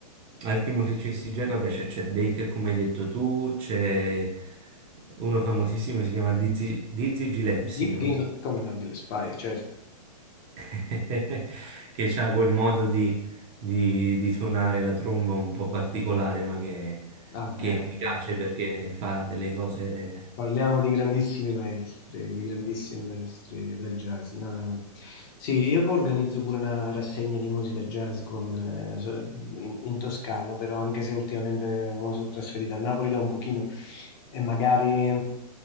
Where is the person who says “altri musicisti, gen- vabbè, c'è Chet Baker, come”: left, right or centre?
Right